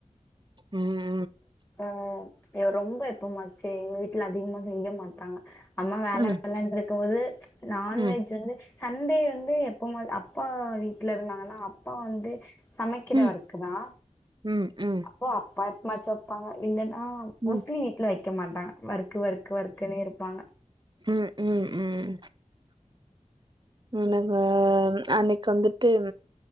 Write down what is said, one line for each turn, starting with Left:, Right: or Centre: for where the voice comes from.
Right: உம்
Left: ஆ ரொம்ப எப்பமாச்சு எங்க வீட்ல அதிகமா செய்ய மாட்டாங்க அம்மா வேல
Right: ம்
Left: வேலன் இருக்கும் போது நான்வெஜ்
Right: ம்
Left: வந்து சண்டே வந்து எப்போமாது அப்பா வீட்டுல இருந்தாங்கன்னா அப்பா வந்து சமைக்கிற
Right: ம்
Left: ஒர்க்கு தா
Right: ம் ம்
Left: அப்போ அப்பா எப்பமாச்சு வப்பாங்க இல்லன்னா மோஸ்ட்லி
Right: ம்
Left: வீட்ல வைக்க மாட்டாங்க வொர்க் வொர்க் வொர்க்குனே இருப்பாங்க
Right: உம் உம் உம் எனக்கு <unintelligible> அன்னைக்கு வந்துட்டு